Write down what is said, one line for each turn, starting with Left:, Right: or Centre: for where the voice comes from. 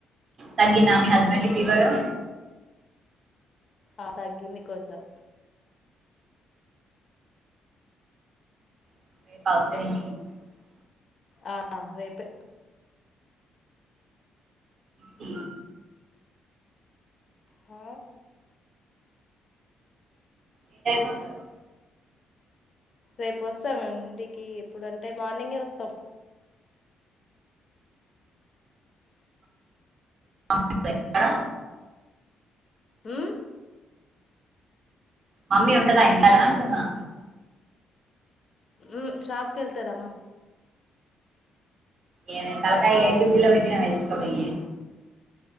Right: తగ్గినా మీ హస్బెండు పివరు
Left: ఆ తగ్గింది కొంచెం
Right: <unintelligible>
Left: ఆ రేపే
Right: ఉ
Left: హ
Right: ఏ టైం కి వస్తరు
Left: రేపు వస్తాము ఇంటికి ఎప్పుడంటే మార్నింగే వస్తాం
Right: మార్నింగ్ ఏ వత్తర
Left: ఉ
Right: మమ్మీ ఉంటదా ఇంట్లో నా అంటున్నా
Left: ఉహు షాప్ కి ఎళ్తది అమ్మ
Right: ఏమె తలకాయి
Left: ఆ
Right: ఫ్రిడ్జ్ లో బె ట్టినావ ఇసకబొయ్యి